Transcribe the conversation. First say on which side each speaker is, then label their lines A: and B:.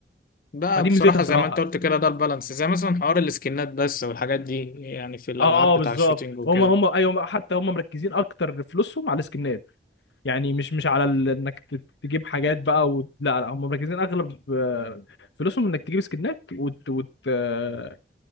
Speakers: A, on the left (about 50°); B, on the left (about 85°).
A: ده
B: فدي
A: بصراحة
B: ميزتها صراحه
A: زي ما انت قلت كده ده البالانس زي مثلا حوار السكنات بس والحاجات دي يعني في الألعاب
B: اه
A: بتاع
B: بالظبط
A: الشوتينج وكده
B: هم هم ايوه هما- حتى هم مركزين اكتر فلوسهم على السكنات يعني مش مش على ال- انك ت- تجيب حاجات بقى وت... لا لا هم مركزين اغلب آه، فلوسهم انك تجيب سكنات وت... وت... آه،